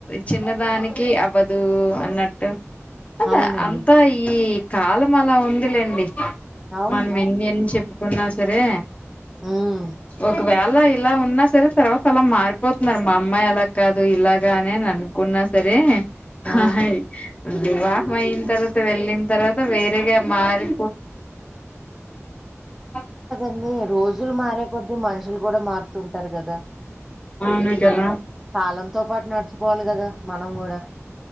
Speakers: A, on the left; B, in the centre.
A: చిన్నదానికి అవ్వదు అన్నట్టు అదె
B: అవునండి.
A: అంతా ఈ కాలం అలా ఉందిలేండి
B: అవును.
A: మనం ఎన్ని ఎన్ని చెప్పుకున్నా సరే
B: హ్మ్.
A: ఒకవేళ ఇలా ఉన్నా సరే తర్వాత అలా మారిపోతున్నారు మా అమ్మాయి అలా కాదు ఇలాగా అనిని అనుకున్నా సరే
B: ఆ!
A: అహై వివాహం అయిన తర్వాత వెళ్ళిన తర్వాత వేరేగా మారి <unintelligible>
B: అ రోజులు మారే కొద్దీ మనుషులు కూడా మారుతుంటారు కదా
A: అవును కదా
B: కాలంతో పాటు నడుచుకోవాలి కదా మనం కూడా